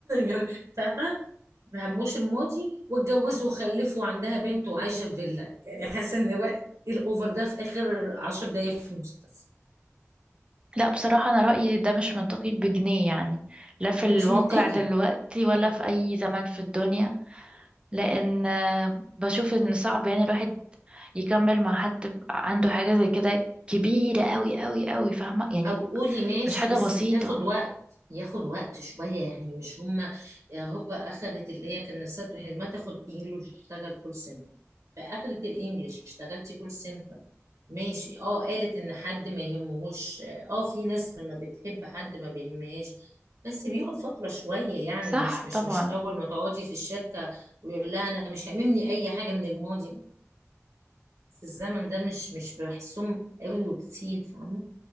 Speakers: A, on the right; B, on the right.
A: <laughs> فاهمه هموش الماضي <laughs> واتجوزوا وخلفوا وعندها بنت وعايشه في فيلا يعني حاسه ان هو ايه الاوفر ده في اخر 10 دقايق في المسلسل
B: لا بصراحه انا رايي ده مش منطقي بجنيه يعني لا في
A: ده
B: الواقع
A: مش منطقي
B: دلوقتي ولا في اي زمان في الدنيا لان آه، بشوف ان صعب يعني الواحد يكمل مع حد ب- عنده حاجه زي كده كبيره قوي قوي قوي فاهمه يعني
A: او قولي ماشي
B: مش حاجه
A: بس
B: بسيطه
A: تاخد وقت ياخد وقت شوية يعني مش هما هوبا اخدت اللي هي كان نفسها تروح حلمها تاخد انجلش تشتغل كول سنتر فاخدت الانجليش اشتغلتي كول سنتر ماشي اه قالت ان حد ما يهمهوش اه في ناس لما بتحب حد ما بيهمهاش بس بيقعد فترة شوية يعني
B: صح
A: مش مش
B: طبعا
A: مش أول ما تقعدي في الشركة ويقول لها أنا مش هاممني أي حاجة من الماضي في الزمن ده مش مش بحسهم قوي وكتير فاهمة؟